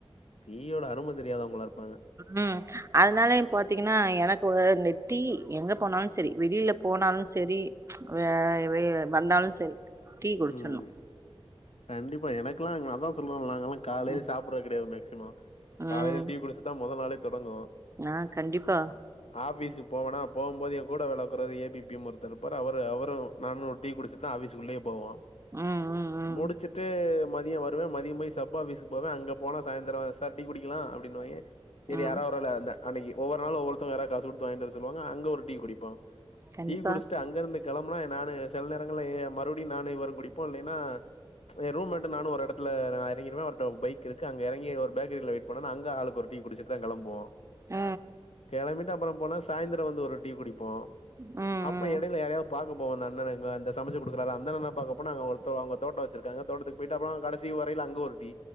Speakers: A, on the left (about 80°); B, on the right (about 30°).
A: டீ யோட அரும தெரியாதவங்ளா இருப்பாங்க
B: ம் அதனாலயு பாத்தீங்கன்னா எனக்கு ஒரு டீ எங்க போனாலு செரி வெளில போனாலு செரி வ வந்தாலு செரி டீ குடிச்சிணு
A: ம் கண்டிப்பா எனக்லா அங்க நா தா சொல்றேன் நாங்கலா காலையே
B: ம்
A: சாப்றதே கெடையாது மேக்ஸிமொ
B: ம்,
A: காலைல டீ குடிச்சுதா மொத நாளே தொடங்கூ
B: ஆ கண்டிப்பா
A: ஆபிஸுக்கு போவனா போம் போதே கூட வேள பாக்குறவரு ஏ பி பி எம் ஒருத்தர் இருப்பாரு அவரு அவரூ நானு டீ குடிச்சிட்டு தா ஆஃபீஸ்குள்ளயே போவோ
B: ம் ம் ம்
A: முடிச்சிட்டு மதியொ வருவே மதியொ போய் சப் ஆபிஸ்கு போவே அங்க போனா சாயந்தரோ சார் டீ குடிக்கலா அப்டின்வாய்ங்க செரி
B: ம்
A: யாராவ்து ஒரு ஆளு இந்த அன்னைக்கி ஒவ்வொரு நாளு ஒவ்வொருத்தர் வேர காசுகுடுத்து வாங்கிட்டு வர சொல்லுவாங்க அங்க ஒரு டீ குடிப்போ
B: கண்டிப்பா
A: டீ குடிச்சிட்டு அங்கருந்த கெளம்புனா நானு செல நேரங்கள்ல ஏ மறுபடியு நானு இவரு குடிப்போ இல்லேன்னா என் ரூம் மெட்டு நானூ ஒரு எடத்துல நா எறங்கிடுவே அவர்டட பைக் இருக்கு அங்க எறங்கி ஒரு பேக்கரில வெயிட் பண்ணோ அங்க ஆளுக்கு ஒரு டீ குடிச்சிட்டு தா கெளம்புவோ
B: ம்
A: கெளம்பிட்டு அப்பறம் போனா சாய்ந்தரம் வந்து ஒரு டீ குடிப்போ
B: ம்
A: அப்ப எடையில
B: ம்
A: யாரையாவ்து பாக்க போவ அண்ணனுங்க அந்த சமைச்சு குடுக்குறாறா அந்த அண்ணன பா போனா அங்க ஒருத்தவ தோட்டோ வச்சுருக்காங்க தோட்டத்துக்கு போய்ட்டு அப்புறம் கடைசி வரயில அங்க ஒரு டீ